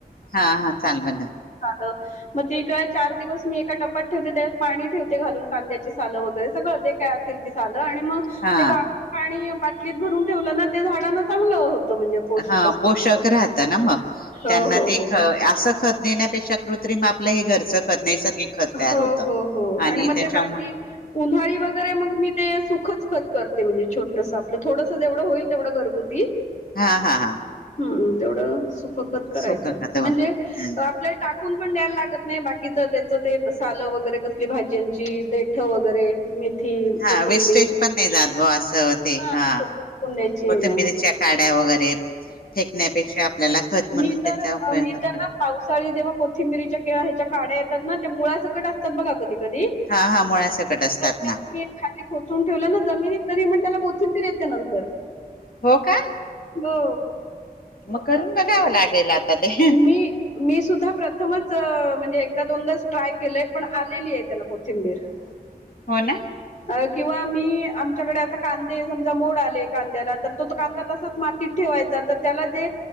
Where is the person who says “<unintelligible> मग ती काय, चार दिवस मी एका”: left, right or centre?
Left